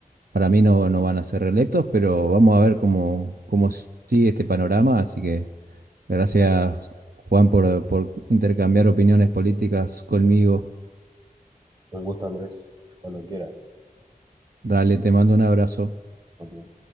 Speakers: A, on the right; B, on the right.
A: para mí no, no van a ser reelectos, pero vamos a ver cómo, cómo sigue este panorama. Así que gracias, Juan, por, por intercambiar opiniones políticas conmigo.
B: un gusto, Andrés. Cuando quieras.
A: Dale, te mando un abrazo.
B: Ok.